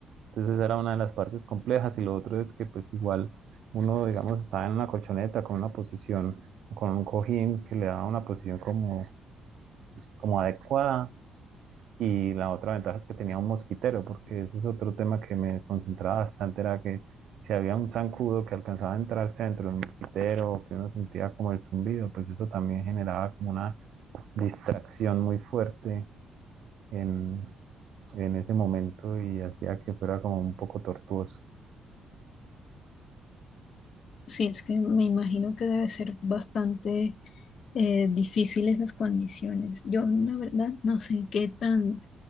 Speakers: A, on the right; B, on the left.
A: Entonces esa era una de las partes complejas y lo otro es que pues igual uno, digamos, estaba en una colchoneta con una posición, con un cojín que le daba una posición como, como adecuada y la otra ventaja es que tenía un mosquitero, porque ese es otro tema que me desconcentraba bastante, era que si había un zancudo que alcanzaba a entrarse dentro de un mosquitero o que uno sentía como el zumbido, pues eso también generaba como una distracción muy fuerte en, en ese momento y hacía que fuera como un poco tortuoso.
B: Sí, es que me imagino que debe ser bastante eh, difícil esas condiciones. Yo, la verdad, no sé qué tan